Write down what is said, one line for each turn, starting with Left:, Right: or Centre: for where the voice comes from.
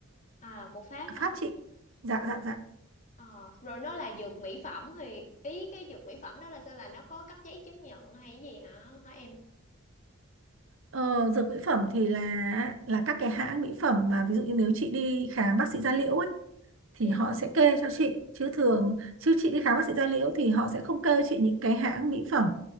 Left: à, của Pháp
Right: của
Left: hả?
Right: Pháp chị dạ dạ dạ
Left: Ờ, rồi nó là dược mỹ phẩm thì ý cái dược mỹ phẩm đó là sao là nó có cấp giấy chứng nhận hay cái gì hả hả em?
Right: Ờ, dược mỹ phẩm thì là là các cái hãng mỹ phẩm mà ví dụ như nếu chị đi khám bác sĩ da liễu ấy thì
Left: Ừ
Right: họ sẽ kê cho chị chứ thường chứ chị đi khám bác sĩ da liễu thì họ sẽ không kê chị những cái hãng mỹ phẩm